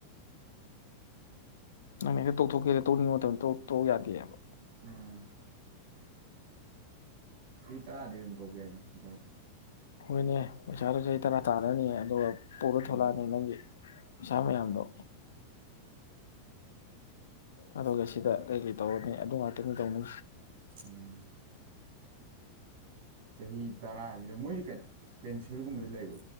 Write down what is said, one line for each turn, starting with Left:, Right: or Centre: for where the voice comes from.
Left: ꯅꯪ ꯍꯦꯛꯇ ꯇꯧꯊꯣꯛꯀꯦꯗ ꯇꯧꯅꯤꯡꯕ ꯃꯇꯝꯗ ꯇꯣꯛ ꯌꯥꯗꯦꯕ
Right: ꯎꯝ ꯐꯔꯤ ꯇꯔꯥꯗꯤ ꯑꯗꯨꯝ ꯇꯧ ꯌꯥꯏꯅꯤ ꯀꯩꯁꯨ ꯀꯥꯏꯗꯦ
Left: ꯍꯣꯏꯅꯦ ꯄꯩꯁꯥꯗꯨꯣ ꯆꯍꯤ ꯇꯔꯥ ꯇꯥꯅꯅꯤ ꯑꯗꯨꯒ ꯄꯨꯔ
Right: ꯎꯝ
Left: ꯊꯣꯛꯂꯛꯑꯅꯤ ꯅꯪꯒꯤ ꯁꯥ ꯃꯌꯥꯝꯗꯣ ꯑꯗꯨꯒ ꯁꯤꯗ ꯀꯩꯀꯩ ꯇꯧꯔꯅꯤ ꯑꯗꯨ ꯉꯥꯛꯇꯅꯤ ꯇꯧꯅꯤ
Right: ꯎꯝ ꯆꯍꯤ ꯇꯔꯥꯁꯤꯗ ꯃꯣꯏꯁꯤ ꯀꯩꯅꯣ ꯄꯦꯟꯁꯤꯜꯒꯨꯝꯕꯗ ꯂꯩꯕ